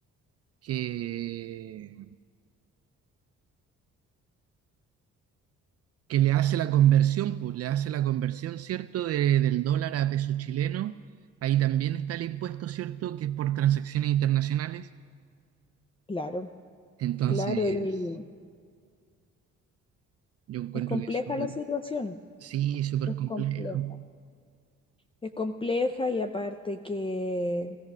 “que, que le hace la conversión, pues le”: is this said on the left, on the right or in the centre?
Right